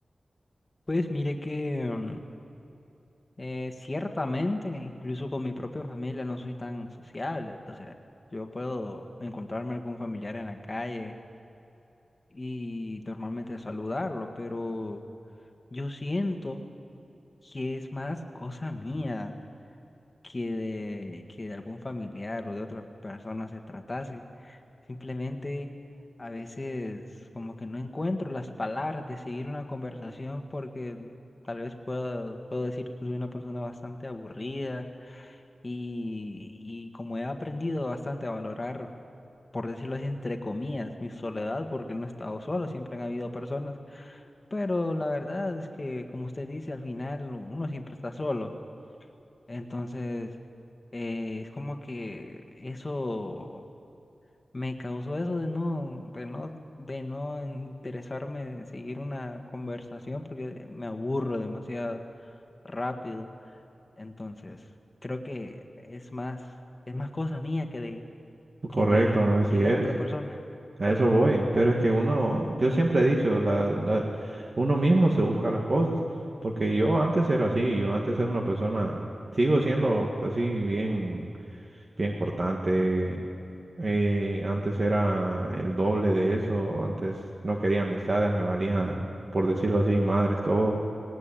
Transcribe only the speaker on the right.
Correcto,
así
es.
A eso voy, pero es que uno, yo siempre he dicho, la, la- uno mismo se busca las cosas, porque yo antes era así, yo antes era una persona, sigo siendo pues, así bien, bien cortante, eh, antes era el doble de eso, antes no quería amistades, me valía, por decirlo así, madres, todo,